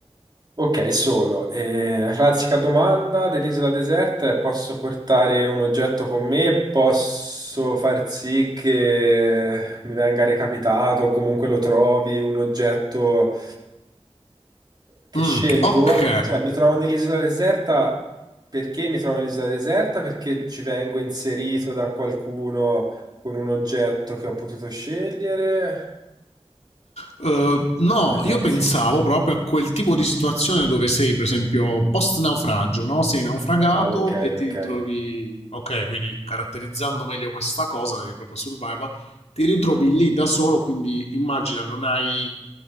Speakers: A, on the right; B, on the left.
A: Ok, solo. E la classica domanda dell'isola deserta è: posso portare un oggetto con me? Posso far sì che mi venga recapitato o comunque lo trovi un oggetto? che
B: Mm,
A: scelgo,
B: ok.
A: cioè mi trovo nell'isola deserta perché mi trovo nell'isola deserta? Perché ci vengo inserito da qualcuno con un oggetto che ho potuto scegliere.
B: Eh, no,
A: Che ne pensi?
B: io pensavo proprio a quel tipo di situazione dove sei, per esempio, post naufragio, no? Sei naufragato
A: Ah, ok,
B: e ti
A: ok.
B: ritrovi. Ok, quindi caratterizzando meglio questa cosa, che è proprio survival, ti ritrovi lì da solo, quindi immagina non hai